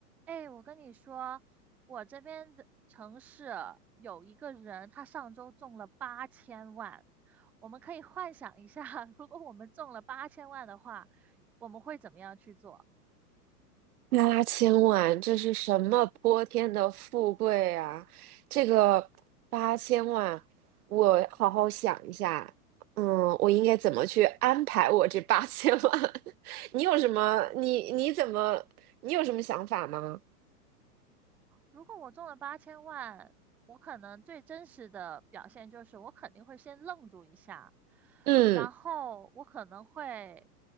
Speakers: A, in the centre; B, on the right.
A: 哎，我跟你说，我这边的城市有一个人，他上周中了八千万。我们可以幻想一下，<laughs> 如果我们中了八千万的话，我们会怎么样去做？
B: 八千万，这是什么泼天的富贵啊！这个八千万，我好好想一下，嗯，我应该怎么去安排我这八千万？<laughs> 你有什么？你你怎么？你有什么想法吗？
A: 如果我中了八千万，我可能最真实的表现就是我肯定会先愣住一下，
B: 嗯
A: 然后我可能会